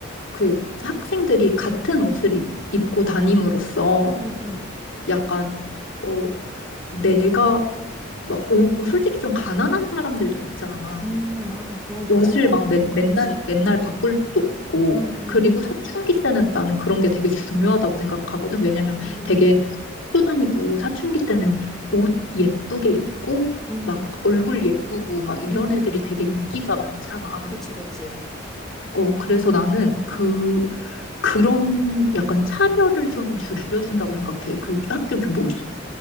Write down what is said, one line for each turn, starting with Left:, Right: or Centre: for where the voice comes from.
Left: 그 학생들이 같은 옷을 입, 입고 다님으로써
Centre: 응, 응.
Left: 약간, 어, 내가, 막, 오, 솔직히 좀 가난한 사람들도 있잖아.
Centre: 음, 하긴 그건
Left: 옷을
Centre: 그래. 어,
Left: 막 매,
Centre: 그렇지.
Left: 맨날 맨날 바꿀 수도 없고
Centre: 음, 음,
Left: 그리고
Centre: 음,
Left: 사춘기 때는 나는 그런 게 되게 중요하다고 생각하거든. 왜냐면
Centre: 음,
Left: 되게 학교 다니고 사춘기 때는 옷 예쁘게 입고
Centre: 음,
Left: 막 얼굴 예쁘고 막 이런
Centre: 음,
Left: 애들이
Centre: 음.
Left: 되게 인기가 많잖아.
Centre: 그치, 그치.
Left: 어, 그래서 나는 그 그런 약간 차별을 좀 줄여준다고 생각해. 그 학교 교복이.